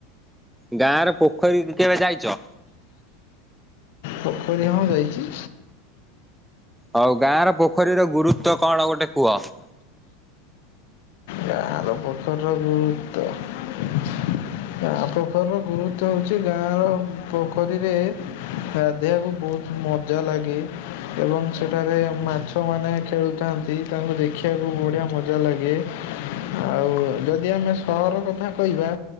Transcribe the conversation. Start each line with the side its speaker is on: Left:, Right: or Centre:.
Centre: ଗାଁ ର ପୋଖରୀ କେବେ ଯାଇଛ?
Left: ପୋଖରୀ ହଁ ଯାଇଛି।
Centre: ହଉ ଗାଁ ର ପୋଖରୀର ଗୁରୁତ୍ୱ କଣ ଗୋଟେ କୁହ?
Left: ଗାଁର ପୋଖରିର ଗୁରୁତ୍ୱ ଗାଁ ପୋଖରୀର ଗୁରୁତ୍ୱ ହେଉଛି ଗାଁର ପୋଖରୀରେ ଗାଧେଇବାକୁ ବହୁତ ମଜା ଲାଗେ। ଏବଂ ସେଠାରେ ମାଛମାନେ ଖେଳୁଥାନ୍ତି ତାଙ୍କୁ ଦେଖିବାକୁ ବଢ଼ିଆ ମଜା ଲାଗେ। ଆଉ ଯଦି ଆମେ ସହର କଥା କହିବା